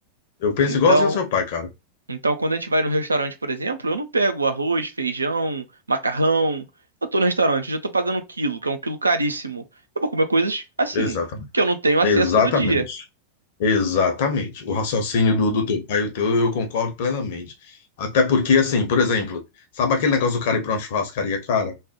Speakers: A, on the left; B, on the right.
A: Eu penso
B: Então,
A: igualzinho ao seu pai, cara.
B: Então, quando a gente vai no restaurante, por exemplo, eu não pego arroz, feijão, macarrão. Eu tô no restaurante, eu já tô pagando um quilo, que é um quilo caríssimo. Eu vou comer coisas assim,
A: Exatamente.
B: que eu não tenho acesso
A: Exatamente.
B: todo dia.
A: Exatamente. O raciocínio do, do teu pai e o teu, eu concordo plenamente. Até porque, assim, por exemplo, sabe aquele negócio do cara ir pra uma churrascaria cara?